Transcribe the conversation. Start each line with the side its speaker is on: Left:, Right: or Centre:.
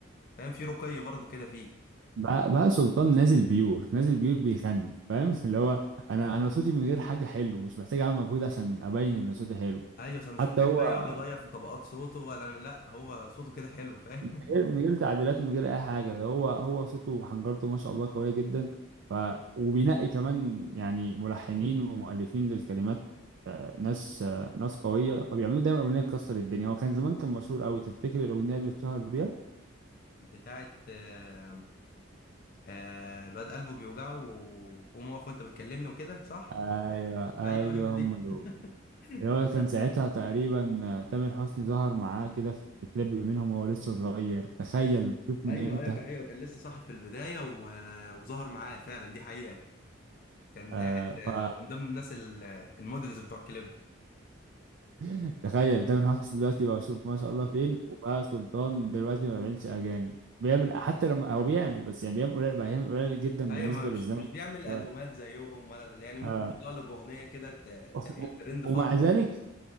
Left: فاهم في رقي برضو كده فيه
Right: بقى, بقى سلطان نازل بيور نازل بيور بيغني فاهم <laughs> اللي هو انا انا صوتي من غير حاجه حلو مش محتاج اعمل مجهود عشان ابين ان صوتي حلو
Left: أيوة صح مش
Right: حتى
Left: محتاج
Right: هو
Left: بقى يقعد يغير في طبقات صوته ولا لأ هو صوته كده حلو فاهم
Right: من غير من غير تعديلات من غير اي حاجه ده هو هو صوته وحنجرته ما شاء الله قويه جدا ف وبينقي كمان يعني ملحنين ومؤلفين للكلمات ناس ناس قويه فبيعملوا دايما اغنيه تكسر الدنيا هو كان زمان كان مشهور قوي تفتكر الاغنيه اللي اتشهر بيها
Left: <laughs> بتاعت آه آه الواد قلبه بيوجعه وقوم واقف وأنت بتكلمني وكده صح؟
Right: ايوه ايوه
Left: أيوة أيوة دي
Right: هم دول
Left: <laughs>
Right: اللي هو كان ساعتها تقريبا آه، تامر حسني ظهر معاه كده في كليب منهم وهو لسه صغير تخيل شوف من
Left: أيوة
Right: امتى
Left: أيوة كان- أيوة كان لسه صح في البداية و... وظهر معاه فعلا دي حقيقة كان
Right: آه
Left: قاعد آه، من ضمن الناس ال- المودلز بتوع الكليب
Right: فتخيل تامر حسني دلوقتي بقى شوف ما شاء الله فين وبقى سلطان دلوقتي ما بيعملش اغاني بيعمل حتى لما هو بيعمل بس يعني بيعمل قليل بقى يعمل قليل جدا
Left: ايوه
Right: بالنسبة
Left: ما مش
Right: للزمن
Left: مش بيعمل
Right: دلوقتي
Left: البومات زيهم ولا يعني ممكن
Right: آه
Left: يطلع له باغنيه كده ت-
Right: و-
Left: تعمل ترند
Right: ومع
Left: فتره
Right: ذلك